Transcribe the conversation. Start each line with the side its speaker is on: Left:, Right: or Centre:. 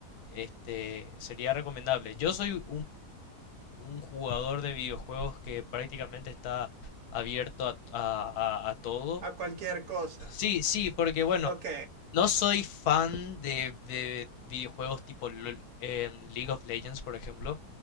Left: este sería recomendable? Yo soy un jugador de videojuegos que prácticamente está abierto a, a- a- a todo.
Right: A cualquier cosa.
Left: Sí, sí, porque bueno,
Right: Ok,
Left: no soy fan de, de videojuegos tipo LOL, en League of Legends, por ejemplo.